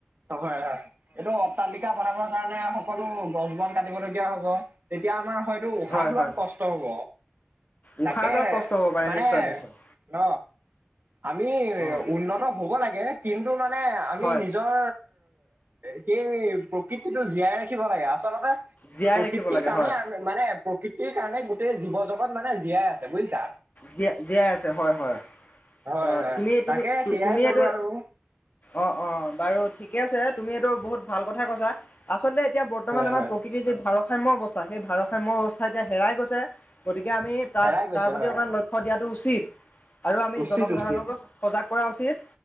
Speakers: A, on the right (about 50°); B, on the left (about 40°).
A: হয় হয় এইটো অট্টালিকা। অট্টালিকা বনাবৰ কাৰণে সকলো গছ বন কাটিবলগীয়া হ'ব তেতিয়া আমাৰ হয়। এইটো উশাহ
B: হয়
A: লোৱাত
B: হয়
A: কষ্ট হ'ব
B: উশাহ
A: তাকে।
B: লোৱাত কষ্ট হ'ব পাৰে
A: মানে
B: নিশ্চয় নিশ্চয়
A: ন। আমি
B: অ'
A: উন্নত হব লাগে কিন্তু মানে আমি
B: হয়
A: নিজৰ। সেই প্ৰকৃতিটো জীয়াই ৰাখিব লাগে আচলতে
B: জীয়াই
A: প্ৰকৃতিৰ
B: ৰাখিব লাগে
A: কাৰণে।
B: হয়
A: মানে প্ৰকৃতিৰ কাৰণে গোটেই জীৱ জগত মানে জীয়াই আছে বুজিছা।
B: জীয়াই জীয়াই আছে হয় হয়।
A: হয়
B: অ
A: হয়
B: তুমি তুমি
A: তাকে সেয়াই
B: তুমিটো।
A: কলো আৰু
B: অ অ বাৰু ঠিকে আছে তুমি এইটো বহুত ভাল কথা কৈছা আচলতে এতিয়া বৰ্তমান
A: হয়
B: আমাৰ।
A: হয়
B: প্ৰকৃতিৰ যি ভাৰসাম্য অৱস্থা সেই ভাৰাসাম্য অৱস্থা এতিয়া হেৰাই গৈছে গতিকে আমি তাৰ
A: হেৰাই গৈছে
B: তাৰ গতিকে।
A: হয়
B: লক্ষ্য দিয়াটো উচিত আৰু আমি
A: উচিত
B: জনসাধাৰণকো
A: উচিত
B: সজাগ কৰা উচিত।